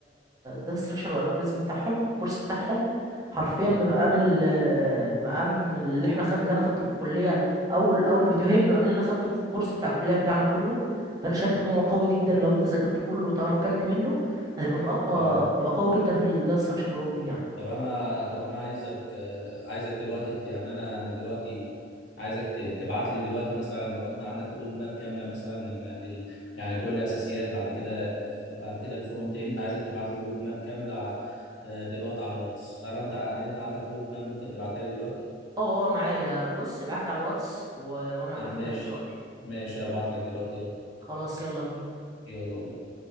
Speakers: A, on the right (about 20°); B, on the left (about 70°).
A: ده ستراكشر والالجوريزم بتاعهم الكورس بتاعهم حرفيا
B: مم.
A: بمقام ال بمقام اللي احنا خد... اللي انا خدته في الكليه اول اول فيديوهين بمقام اللي انا خدته في الكورس بتاع الكليه بتاعنا كله فانا شايف ان هو قوي جدا لو انت ذاكرته كله وتمكنت منه هتبقى من اقوى
B: تمام
A: تبقى قوي جدا في الداتا ستراكشر اللي هو بيه يعني
B: طب انا طب انا عايزك آه، عايزك دلوقتي ت- يعني انا انا دلوقتي عايزك تبعت لي دلوقتي مثلا لو انت عندك رود ماب كامله مثلا لم- لل يعني تقول لي اساسيات بعد كده آه، بعد كده الفرونت اند عايزك تبعت لي رود ماب كامله ع- آه، دلوقتي على الواتس هل انت هل انت عندك رود ماب ممكن تبعتها لي دلوقتي
A: اه اه معايا بص ابعت لي على الواتس و... وانا
B: طب
A: هبعتها
B: ماشي
A: لك دلوقتي
B: ماشي هبعت لك دلوقتي يلا
A: خلاص يلا بينا
B: يلا بينا